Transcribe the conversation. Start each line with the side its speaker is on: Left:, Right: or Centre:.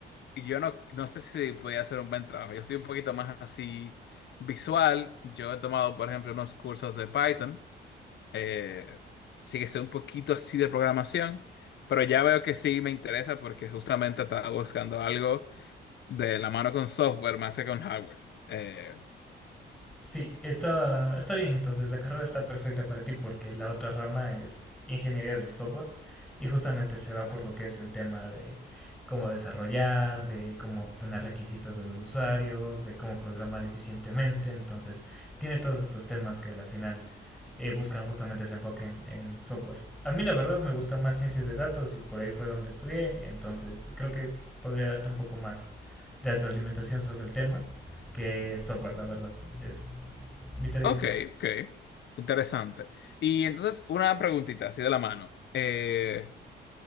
Left: yo no, no sé si podía hacer un buen trabajo. Yo soy un poquito más así visual. Yo he tomado, por ejemplo, unos cursos de Python. Eh, sí que sé un poquito así de programación, pero ya veo que sí me interesa porque justamente estaba buscando algo. de la mano con software más que con hardware. Eh,
Centre: Sí, está, está bien, entonces la carrera está perfecta para ti porque la otra rama es ingeniería del software y justamente se va por lo que es el tema de cómo desarrollar, de cómo obtener requisitos de los usuarios, de cómo programar eficientemente, entonces tiene todos estos temas que a la final eh, buscan justamente ese enfoque en, en software. A mí la verdad me gusta más ciencias de datos y por ahí fue donde estudié, entonces creo que podría darte un poco más de alimentación sobre el tema que software, la verdad. Es mitad
Left: ok,
Centre: y mitad.
Left: ok, interesante. Y entonces, una preguntita así de la mano. Eh,